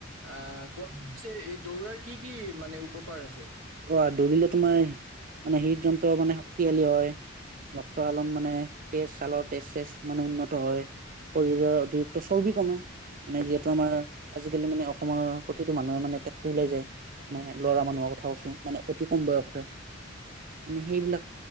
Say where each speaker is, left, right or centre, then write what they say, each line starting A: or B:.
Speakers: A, on the right; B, on the right.
A: অ' কোৱা পিছে এই দৌৰাৰ কি কি মানে উপকাৰ আছে।
B: অ' দৌৰিলে তোমাৰ মানে হৃদ যন্ত্ৰ মানে শক্তিশালী হয় ৰক্তশালন মানে তেজ চালৰ তেজ চেজ মানে উন্নত হয়। শৰীৰৰ অতিৰিক্ত চৰ্বি কমে। মানে যিহেতু আমাৰ আজিকালি মানে অসমৰ প্ৰতিটো মানুহে মানে পেটটো ওলাই যায় মানে ল'ৰা মানুহ হক কথা কৈছো মানে অতি কম বয়সতে, মানে সেইবিলাক